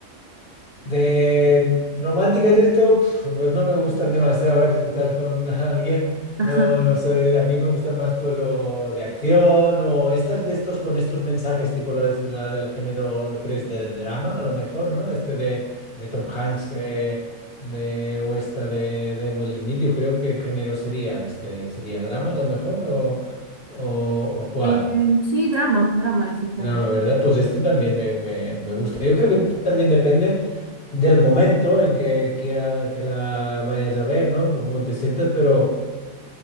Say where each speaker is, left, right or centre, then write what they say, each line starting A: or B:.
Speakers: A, on the left; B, on the right.
A: De románticas y esto, pf, pues no me gustan demasiado. A ver si tú estás con <laughs> alguien,
B: Ajá.
A: no, no sé. A mí me gustan más, pues, o de acción o estas de estos con estos mensajes, tipo la, la del género, crees, de drama, a lo mejor, ¿no? Este de, de Tom Hanks eh, de, o esta de, de Will Smith. Yo creo que género sería este, sería drama, a lo mejor, o, o, o cuál.
B: Eh, sí, drama, drama es el género.
A: Drama, ¿verdad? Pues este también me, me me gusta. Yo creo que también depende del momento en que quiera que la vayas a ver, ¿no? Por cómo te sientas, pero